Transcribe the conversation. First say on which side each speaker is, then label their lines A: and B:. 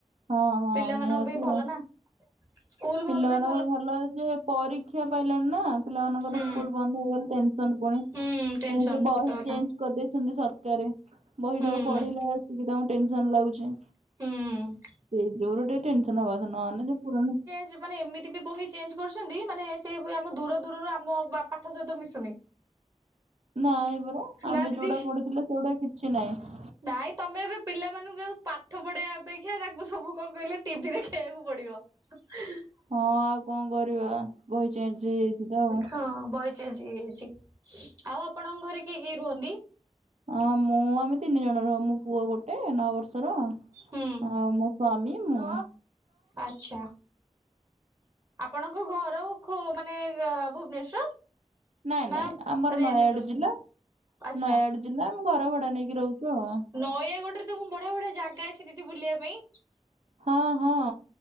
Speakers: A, on the right (about 65°); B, on the right (about 30°).
A: ହଁ ହଁ
B: ପିଲାମାନଙ୍କ
A: ନିହାତି
B: ପାଇଁ ଭଲ
A: ଆଉ।
B: ନା ସ୍କୁଲ ବନ୍ଦ
A: ପିଲାମାନଙ୍କ
B: ପାଇଁ
A: ଭଲ ଯେ ପରୀକ୍ଷା ଏବେ ଆଇଲାଣି ନା, ପିଲାମାନଙ୍କର
B: ହୁଁ
A: ସ୍କୁଲ ବନ୍ଦ ହେଇଗଲେ ଟେନ୍ସନ୍ ପୁ ପୁଣି
B: ହୁଁ ଟେନସନ
A: କହିବେ ବହି
B: ସତ କଥା
A: ଚେଞ୍ଜ କରିଦେଇଛନ୍ତି ସରକାର। ବହିଟାକୁ
B: ହୁଁ।
A: ପଢିଲା ଆସିକି ତାଙ୍କୁ ଟେନସନ ଲାଗୁଚି।
B: ହୁଁ।
A: ସେଇ ଯୋଗୁରୁ ଟିକେ ଟେନସନ ହବା କଥା ନହେଲେ। <unintelligible>
B: ଯେ ମାନେ ଏମିତି ବି ବହି ଚେଞ୍ଜ କରିଛନ୍ତି, ମାନେ ସେ ବି ଆମ ଦୂର ଦୂରରୁ ଆମ ପାଠ ସହିତ ମିଶୁନି।
A: ନାଇଁ ପରା
B: ନା
A: ଆମେ
B: ଦିଦି।
A: ଯୋଉଟା ପଢିଥିଲେ ସେଗୁଡା କିଛି ନାହିଁ।
B: ନାଇଁ ତମେ ଏବେ ପିଲାମାନଙ୍କୁ ଆଉ ପାଠ ପଢେଇବା ଅପେକ୍ଷା ତାକୁ ସବୁ କଣ କହିଲେ ଟିଭି ଦେଖି ଖେଇବାକୁ ପଡିବ।
A: ହଁ ଆଉ କଣ କରିବା। ବହି ଚେଞ୍ଜ ହେଇଯାଇଚି ତ। ଆଉ।
B: ହଁ ବହି ଚେଞ୍ଜ ହେଇ ଯାଇଚି। ଆଉ ଆପଣଙ୍କ ଘରେ କିଏ କିଏ ରୁହନ୍ତି?
A: ଅ ମୁଁ ଆମେ ତିନି ଜଣ ରହୁ। ମୋ ପୁଅ ଗୋଟେ ନଅ ବର୍ଷର।
B: ହୁଁ।
A: ଆଉ ମୋ ସ୍ଵାମୀ ମୁଁ।
B: ଆଚ୍ଛା। ଆପଣଙ୍କ ଘର ଖୋ ମାନେ ଭୁବନେଶ୍ଵର?
A: ନାଇଁ
B: ନା
A: ନାଇଁ ଆମର
B: ରେଣ୍ଟ
A: ନୟାଗଡ଼
B: ରେ ରହୁଛନ୍ତି?
A: ଜିଲ୍ଲା
B: ଆଚ୍ଛା
A: ନୟାଗଡ଼ ଜିଲ୍ଲା। ଆମେ ଘର ଭଡା ନେଇକି ରହୁଚୁ ଆଉ।
B: ନୟାଗଡ଼ଡରେ ତାକୁ ବଢିଆ ବଢିଆ ଜାଗା ଅଛି ଦିଦି ବୁଲିବା ପାଇଁ।
A: ହଁ ହଁ